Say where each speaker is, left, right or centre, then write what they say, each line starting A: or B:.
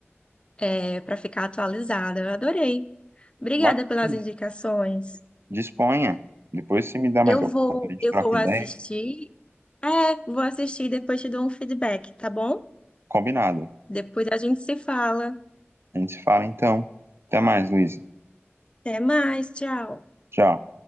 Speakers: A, on the left (about 25°); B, on the right (about 60°).
A: é, para ficar atualizada. Eu adorei. Obrigada
B: mas
A: pelas
B: sim,
A: indicações.
B: disponha. Depois você me dá mais
A: Eu
B: opção,
A: vou,
B: a gente
A: eu
B: troca
A: vou assistir.
B: ideia.
A: É, vou assistir e depois te dou um feedback, tá bom?
B: Combinado.
A: Depois a gente se fala.
B: A gente se fala então. Até mais, Luiz.
A: Até mais, tchau.
B: Tchau.